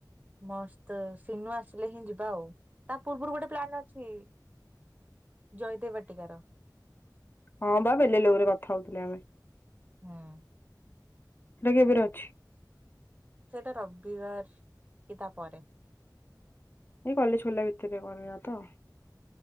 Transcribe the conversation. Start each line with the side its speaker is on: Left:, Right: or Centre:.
Right: ମସ୍ତ ସିିନୁ ଆସିଲେ ହିଁ ଯିବା ଆଉ। ତା ପୂର୍ବରୁ ଗୋଟେ ପ୍ଲାନ ଅଛି। ଜୟଦେବ ବାଟିକାର।
Left: ହଁ ବା ବେଲେ ଲୋ ରେ କଥା ହଉଥିଲେ ଆମେ।
Right: ହଁ।
Left: ରେ ଅଛି।
Right: ସେଇଟା ରବିବାର କି ତା ପରେ।
Left: ଏଇ କଲେଜ୍ ଖୋଲିଲା ଭିତରେ କରିବା ତ।